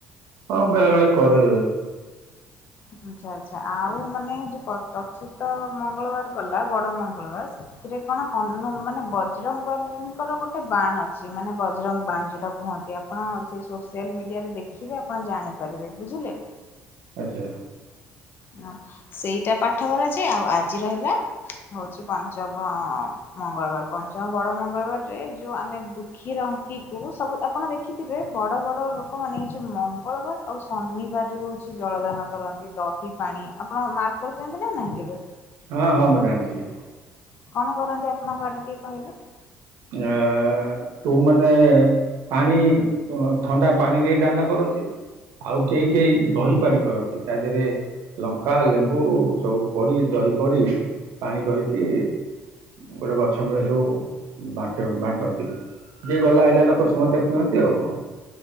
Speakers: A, on the right; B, on the left.
A: ହଁ ବେଳେବେଳେ କରେ।
B: ଆଚ୍ଛା ଆଚ୍ଛା ଆଉ ମାନେ ଯୋଉ ପ ଚତୁର୍ଥ ମଙ୍ଗଳବାର ଗଲା ବଡ ମଙ୍ଗଳବାର ସ ଏଥିରେ କଣ ହନ୍ ନୁ ମାନେ ବଜରଙ୍ଗବାଲିଙ୍କର ଗୋଟେ ବାଣ ଅଛି ମାନେ ବଜରଙ୍ଗ ବାଣ ଯୋଉଟା କୁହନ୍ତି ଆପଣ ସେ ସୋସିଆଲ ମିଡିଆରେ ଦେଖିବେ ଆପଣ ଜାଣିପାରିବେ ବୁଝିଲେ।
A: ଆଚ୍ଛା।
B: ହ ସେଇଟା ପାଠ କରାଯାଏ ଆଉ ଆଜି ରହିଲା ହଉଛି ପଞ୍ଚମ ମଙ୍ଗଳବାର ପଞ୍ଚମ ବଡ ମଙ୍ଗଳବାରରେ ଯୋଉ ଆମେ ଦୁଃଖୀ ରଙ୍କିକୁ ସବୁ ଆପଣ ଦେଖିଥିବେ ବଡ ବଡ ଲୋକମାନେ ଏଇ ଯୋଉ ମଙ୍ଗଳବାର ଆଉ ଶନିବାରରେ ହଉଛି ଜଳ ଦାନ କରନ୍ତି ଦ ଦହି ପାଣି ଆପଣ ମାର୍କ କରିଛନ୍ତି ନା ନାଇଁ କେବେ।
A: ହଁ ହଁ ମୁଁ ଜାଣିଛି।
B: କଣ କରନ୍ତି ଆପଣଙ୍କ ଆଡେ ଟିକେ କହିଲେ।
A: ଆ ଯୋଉମାନେ ପାଣି ଥଣ୍ଡା ପାଣି ନେଇ ଦାନ କରନ୍ତି ଆଉ କେହି କେହି ଦହି ପାଣି କରନ୍ତି ତା ଦେହରେ ଲଙ୍କା ଲେମ୍ବୁ ସବୁ ପଡି ଦହି ପଡି ପାଣି କରିକି ଗୋଟେ ଗଛ ମୂଳେ ସବୁ। ବାଟ ବାଣ୍ଟନ୍ତି ଯିଏ ଗଲା ଆଇିଲା ଲୋକ ସମସ୍ତେ ପିଅନ୍ତି ଆଉ କଣ।